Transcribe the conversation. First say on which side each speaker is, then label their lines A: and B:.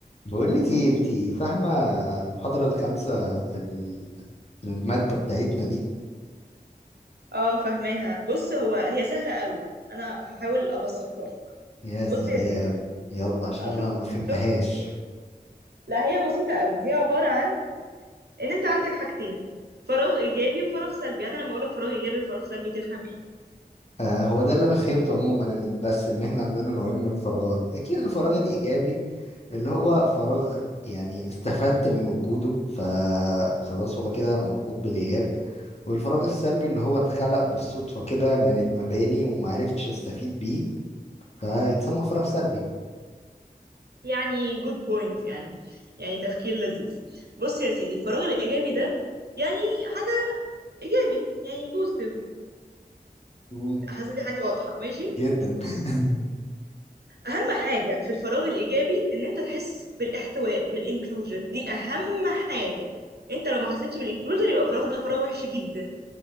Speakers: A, on the left; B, on the right.
A: بقول لك ايه انت فاهمه المحاضره الخامسه في ال- في الماده بتاعتنا دي
B: اه فهماها بص هو هي سهلة قوي انا هحاول ابسطها لك
A: يا سلام
B: بص يا سيدي
A: يلا عشان
B: اه
A: انا
B: شوف
A: ما فهمتهاش
B: شوف لا هي بسيطة قوي هي عبارة عن ان انت عندك حاجتين فراغ ايجابي وفراغ سلبي يعني انا لما اقولك فراغ ايجابي وفراغ سلبي تفهم ايه
A: آه هو ده اللي انا فهمته عموما إن- بس ان احنا عندنا نوعين من الفراغات اكيد الفراغ الايجابي اللي هو فراغ يعني استفدت من وجوده فخلاص هو كده موجود بالاياب والفراغ السلبي اللي هو اتخلق بالصدفه كده من المباني وما عرفتش استفيد بيه فيتسمى فراغ سلبي
B: يعني جود بوينت يعني يعني تفكير لذيذ بص يا سيدي الفراغ الايجابي ده يعني حاجة ايجابي يعني بوزيتيف
A: مم،
B: حاسة دي حاجة واضحة ماشي
A: جدا
B: بص
A: <laughs>
B: اهم حاجه في الفراغ الايجابي ان انت تحس بالاحتواء بالانكلوجر دي اهم حاجه انت لو ما حسيتش بالانكلوجر يبقى الفراغ ده فراغ وحش جدا